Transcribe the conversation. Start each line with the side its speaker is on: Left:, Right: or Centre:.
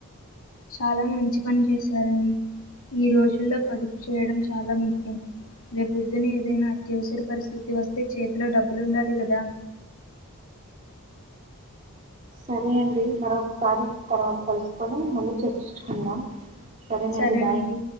Left: చాలా మంచి పని చేశారండి ఈ రోజుల్లో పదుపు చేయడం చాలా ముఖ్యం రేపుొద్దుని ఏదైనా అత్యవసర పరిస్థితి వస్తే చేతిలో డబ్బులు ఉండాలి కదా
Right: సరే అండి మరొకసారి తర్వాత కలుసుకొని మళ్ళీ చర్చించుకుందం సరేనండి
Left: సరే
Right: బాయ్
Left: అండి